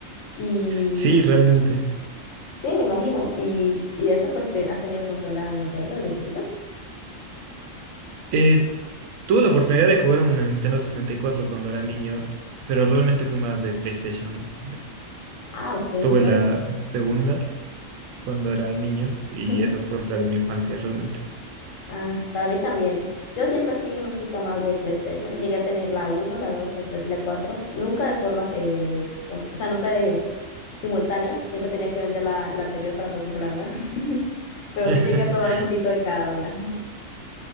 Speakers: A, on the left; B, on the right.
A: Y
B: Sí, realmente.
A: sí, me imagino. Y, y eso, pues, te- ¿has tenido consola Nintendo desde chiquito?
B: Eh, tuve la oportunidad de jugar en una Nintendo sesenta y cuatro cuando era niño, pero realmente fui más de PlayStation.
A: Ah, ok.
B: Tuve
A: Bueno.
B: la segunda cuando era niño y
A: <laughs>
B: esa fue la de mi infancia realmente.
A: Ah, para mí también. Yo siempre fui una chica más de PlayStation. Llegué a tener la uno, la 2, la 3 y la 4. Nunca de formas, eh, cons- o sea, nunca de simultánea. Siempre tenía que vender la, la anterior para poder comprar la nueva. <laughs> Pero
B: <laughs>
A: sí llegué a probar un poquito de cada una. <laughs>